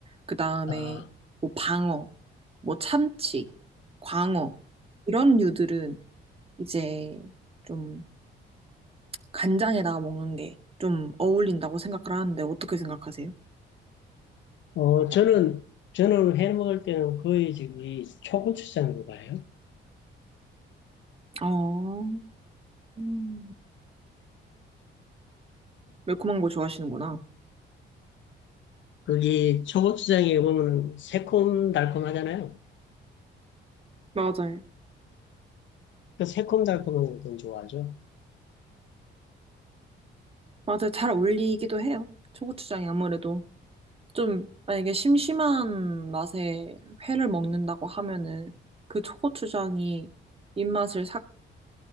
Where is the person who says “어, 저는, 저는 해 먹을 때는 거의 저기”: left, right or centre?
Left